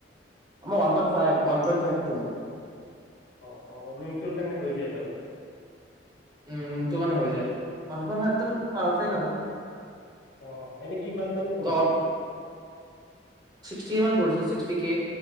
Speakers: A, on the right; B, on the left.
A: আমাৰ one point five -one point five ton.
B: অহ ',- অহ', ৰুমটোৰ কাৰণে হৈ যায় তহঁতৰ
A: উম', ৰুমটো কাৰণে হৈ যায়, ওৱান পইন্ট ফাইভ পাৰফেক্ট আৰু।
B: অহ', এনেই কিমান মান পৰিছিল?
A: তহঁত কিমান পৰিছিল ছিক্সটি কে।